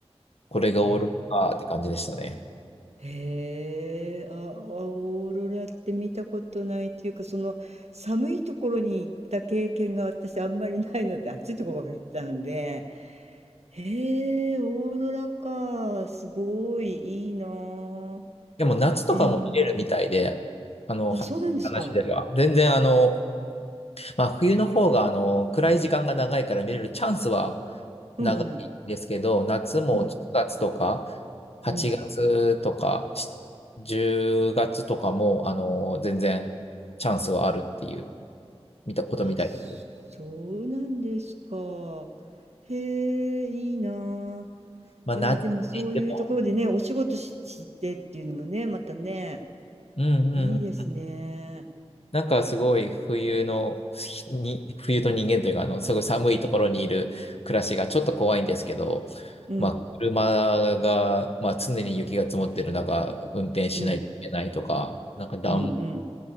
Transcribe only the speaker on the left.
これがオーロラかって感じでしたね。
でも夏とかも見れるみたいで、
あの、
は話では。
全然あの、まあ冬の方があの、暗い時間が長いから見れるチャンスは
長いんですけど、夏も9月とか
8月とかし10月とかも、
あの、全然チャンスはあるっていう、見たことみたいです。
まあ夏って言っても、
うんうんうん。
なんかすごい冬の、ひに、冬の人間というか、あの、すごい寒いところにいる暮らしがちょっと怖いんですけど、
まあ、車が、まあ、常に雪が積もってる中、運転しないといけないとか、
なんか暖、